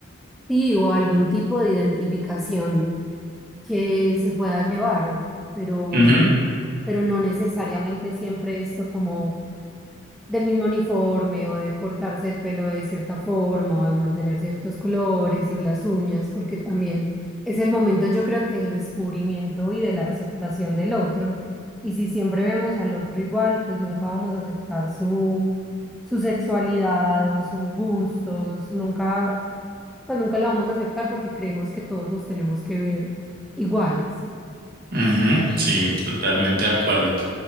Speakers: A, in the centre; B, on the right.
A: Sí, o algún tipo de identificación que se pueda llevar, pero,
B: Ujú,
A: pero no necesariamente siempre esto como del mismo uniforme o de cortarse el pelo de cierta forma o de mantener ciertos colores o las uñas, porque también es el momento yo creo que del descubrimiento y de la aceptación del otro. Y si siempre vemos al otro igual, pues nunca vamos a aceptar su, su sexualidad o sus gustos, nunca, pues nunca lo vamos a aceptar porque creemos que todos nos tenemos que ver iguales.
B: ujú, sí, totalmente de acuerdo.